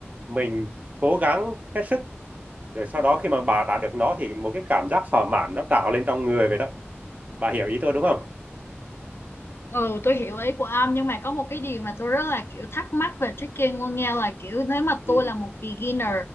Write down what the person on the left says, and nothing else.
Ừ, tôi hiểu ý của ông nhưng mà có một cái điều mà tôi rất là kiểu thắc mắc về trekking luôn nha là kiểu nếu mà
tôi là một beginner